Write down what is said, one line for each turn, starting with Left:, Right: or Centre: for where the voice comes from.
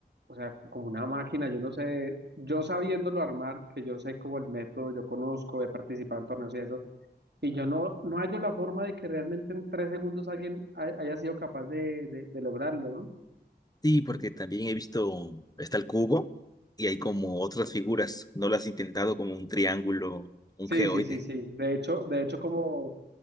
Right: o sea, como una máquina, yo no sé, yo sabiéndolo armar, que yo sé como el método, yo conozco, he participado en torneos y eso, y yo no, no hallo la forma de que realmente en tres segundos alguien ha- haya sido capaz de, de, de lograrlo, ¿no?
Left: Sí, porque también he visto, está el cubo y hay como otras figuras. ¿No lo has intentado como un triángulo, un
Right: Sí,
Left: geoide?
Right: sí, sí, sí. De hecho, de hecho, como,